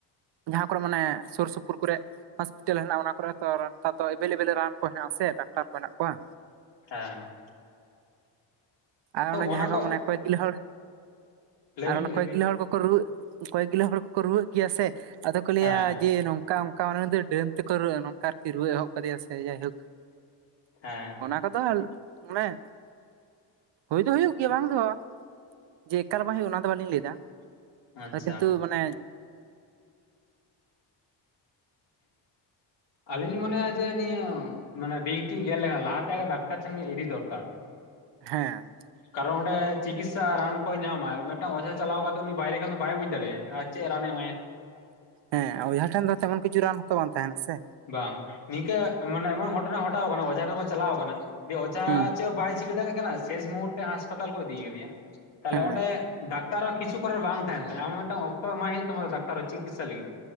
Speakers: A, on the right; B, on the left.
A: ᱡᱟᱦᱟᱸ ᱠᱚᱨᱮ ᱢᱟᱱᱮ ᱥᱩᱨ ᱥᱩᱯᱩᱨ ᱠᱚᱨᱮ ᱦᱚᱥᱯᱤᱴᱟᱞ ᱦᱮᱱᱟᱜᱼᱟ ᱚᱱᱟ ᱠᱚᱨᱮ ᱛᱚ ᱱᱮᱛᱟᱨ ᱫᱚ ᱮᱵᱮᱞᱮᱵᱮᱞ ᱨᱟᱱ ᱠᱚ ᱦᱮᱱᱟᱜᱼᱟ ᱥᱮ ᱰᱟᱠᱛᱟᱨ ᱠᱚ ᱦᱮᱱᱟᱜ ᱠᱚᱣᱟ᱾
B: ᱦᱮᱸ᱾
A: ᱟᱨ
B: ᱛᱚ
A: ᱚᱱᱮ
B: ᱚᱱᱟ
A: ᱡᱟᱦᱟᱸ ᱠᱚ ᱢᱟᱱᱮ ᱠᱚᱭᱮ ᱠᱚᱭ ᱜᱩᱞᱟᱹ ᱦᱚᱲ,
B: ᱞᱟᱹᱭᱵᱤᱱ
A: ᱟᱨ ᱚᱱᱟ ᱠᱚᱭ
B: ᱞᱟᱹᱭᱵᱤᱱ
A: ᱜᱤᱞᱳ ᱦᱚᱲ ᱠᱚ ᱨᱩᱣᱟᱹᱜ ᱠᱚᱭᱮᱠ ᱜᱤᱞᱳ ᱦᱚᱲ ᱠᱚᱠᱚ ᱨᱩᱣᱟᱹᱜ ᱜᱮᱭᱟ ᱥᱮ ᱟᱫᱚ ᱠᱚ ᱞᱟᱹᱭᱟ
B: ᱦᱮᱸ
A: ᱡᱮ ᱱᱚᱝᱠᱟ ᱚᱝᱠᱟ ᱚᱱᱠᱟᱤᱫ ᱫᱚ ᱰᱮᱢ ᱛᱮᱠᱚ ᱨᱩᱣᱟᱹᱜᱼᱟ ᱱᱚᱝᱠᱟᱠᱤ ᱨᱩᱣᱟᱹ ᱮᱦᱚᱵ ᱟᱠᱟᱫᱮᱭᱟ ᱥᱮ ᱡᱟᱭᱦᱳᱠ
B: ᱦᱮᱸ᱾
A: ᱚᱱᱟ ᱠᱚᱫᱚ ᱢᱟᱱᱮ ᱦᱩᱭᱳᱭ ᱫᱚ ᱦᱩᱭᱩᱜ ᱜᱮᱭᱟ ᱵᱟᱝ ᱫᱚ ᱡᱮ ᱮᱠᱟᱞ ᱵᱟᱝ ᱦᱩᱭᱩᱜᱼᱟ ᱚᱱᱟ ᱫᱚ ᱵᱟᱟᱹᱞᱤᱧ ᱞᱟᱹᱭᱮᱫᱟ᱾
B: ᱟᱪᱪᱷᱟ
A: ᱠᱤᱱᱛᱩ ᱢᱟᱱᱮ
B: ᱟᱞᱤᱧ ᱢᱟᱱᱮᱭᱟ ᱡᱮ ᱱᱤᱭᱟᱹ ᱢᱟᱱᱮ ᱵᱤᱧᱠᱛᱤ ᱜᱮᱨ ᱞᱮ ᱞᱟᱦᱟᱛᱮ ᱟᱜᱮ ᱰᱟᱛᱟᱨᱷᱮᱱ ᱜᱮ ᱮᱲᱤ ᱫᱚᱨᱠᱟᱨ
A: ᱦᱮᱸ᱾
B: ᱠᱟᱨᱚᱱ ᱚᱸᱰᱮ ᱪᱤᱠᱤᱥᱤᱛᱥᱟ ᱨᱟᱱ ᱠᱚᱭ ᱧᱟᱢᱟ ᱢᱤᱫᱴᱟᱝ ᱚᱡᱷᱟ ᱪᱟᱞᱟᱣ ᱠᱟᱛᱮ ᱩᱱᱤ ᱵᱟᱭᱨᱮ ᱠᱷᱟᱱ ᱫᱚ ᱵᱟᱭ ᱵᱩᱡᱽ ᱫᱟᱲᱮᱭᱟᱜᱼᱟ ᱟᱨ ᱪᱮᱫ ᱨᱟᱱᱮ ᱮᱢᱟᱭᱟ᱾
A: ᱦᱮᱸ ᱚᱦᱟ ᱴᱷᱮᱱ ᱫᱚ ᱛᱮᱢᱚᱱ ᱠᱤᱪᱷᱩ ᱨᱟᱱ ᱦᱚᱸᱛᱚ ᱵᱟᱝ ᱛᱟᱦᱮᱱᱟ ᱥᱮ?
B: ᱵᱟᱝ ᱱᱤᱝᱠᱟᱹ ᱢᱟᱱᱮ ᱮᱢᱚᱱ ᱜᱷᱚᱴᱚᱱᱟ ᱜᱚᱴᱟᱣ ᱟᱠᱟᱱᱟ ᱚᱡᱷᱟ ᱴᱷᱮᱱ ᱠᱚ ᱪᱟᱞᱟᱣ ᱟᱠᱟᱱᱟ ᱡᱮ ᱚᱡᱷᱟ
A: ᱦᱮᱸ
B: ᱪᱮᱫ ᱵᱟᱭ ᱪᱤᱠᱟᱹ ᱫᱟᱲᱮᱭᱟᱜ ᱠᱟᱱᱟ ᱥᱮᱥ ᱢᱩᱦᱩᱨᱛᱮ ᱦᱟᱸᱥᱯᱟᱛᱟᱞ ᱠᱚ ᱤᱫᱤ ᱠᱟᱫᱮᱭᱟ ᱛᱟᱦᱞᱮ
A: ᱦᱮᱸ
B: ᱚᱸᱰᱮ ᱰᱟᱠᱛᱟᱨ ᱦᱚᱸ ᱠᱤᱪᱷ ᱠᱚᱨᱮ ᱵᱟᱝ ᱛᱟᱦᱮᱱ ᱛᱟᱭᱟ ᱟᱢᱟᱜ ᱢᱤᱫᱴᱟᱝ ᱚᱠᱛᱚᱭ ᱮᱢᱟᱭ ᱦᱩᱭᱩᱜ ᱛᱟᱢᱟ ᱰᱟᱠᱛᱟᱨ ᱦᱚᱸ ᱪᱤᱠᱤᱛᱥᱟ ᱞᱟᱹᱜᱤᱫ,